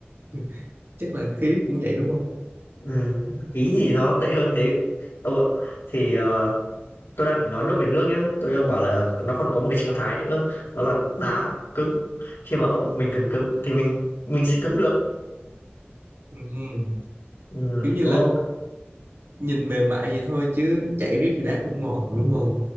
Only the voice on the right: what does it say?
<laughs> chắc là khí cũng vậy đúng không
ừ.
kiểu như
là
nhìn mềm mại vậy thôi chứ chảy riết thì đá cũng mòn đúng không